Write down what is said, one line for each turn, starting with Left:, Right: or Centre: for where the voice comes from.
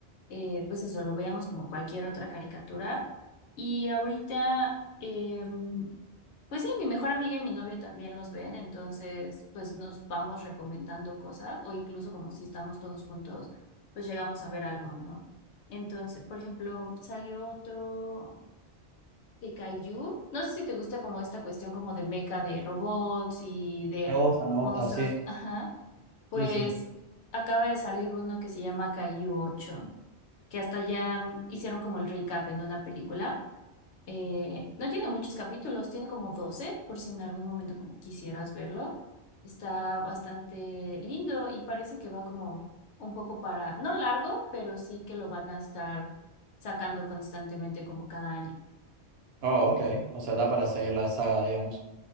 Left: eh, pues eso, lo veíamos como cualquier otra caricatura. Y ahorita, em, pues sí, mi mejor amiga y mi novio también los ven, entonces, pues nos vamos recomendando cosas, o incluso como si estamos todos juntos, pues llegamos a ver algo, ¿no? Entonces, por ejemplo, salió otro de Kaiju. No sé si te gusta como esta cuestión como de meca de robots y de
Right: Me gusta, me gusta,
Left: monstruos.
Right: sí.
Left: Ajá. Pues
Right: Sí, sí.
Left: acaba de salir uno que se llama Kaiju ocho, que hasta ya mm, hicieron como el recap en una película. Eh, no tiene muchos capítulos, tiene como 12, por si en algún momento como quisieras verlo. Está bastante lindo y parece que va como un poco para, no largo, pero sí que lo van a estar sacando constantemente como cada año.
Right: Oh, ok. O sea, da para seguir la saga, digamos.